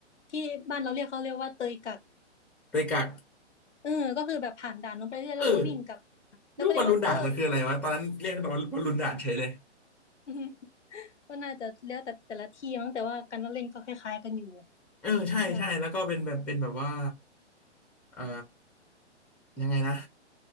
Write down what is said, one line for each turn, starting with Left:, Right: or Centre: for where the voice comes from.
Left: ที่บ้านเราเรียกเขาเรียกว่าเตยกัก
Centre: โดยกัก
Left: เออก็คือแบบผ่านด่านลงไปเรื่อยแล้วก็วิ่งกลับ
Centre: เออ
Left: แล้วก็เรียกว่าเตย
Centre: รูปบอลลูนด่านมันคืออะไรวะตอนนั้นเรียกกันว่าบอลลูนด่านเฉยเลย
Left: <laughs> อืมก็น่าจะแล้วแต่แต่ละที่มั้งแต่ว่าการเล่นก็คล้ายๆกันอยู่
Centre: เออใช่ใช่แล้วก็เป็นแบบเป็นแบบว่า
Left: คิดว่า
Centre: เอ่อยังไงนะ